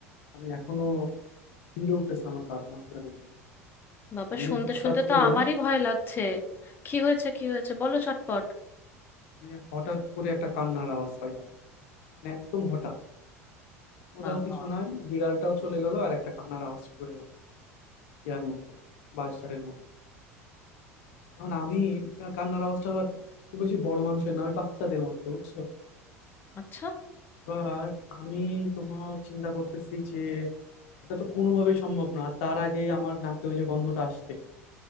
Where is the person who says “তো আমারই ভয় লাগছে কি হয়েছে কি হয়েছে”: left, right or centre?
Left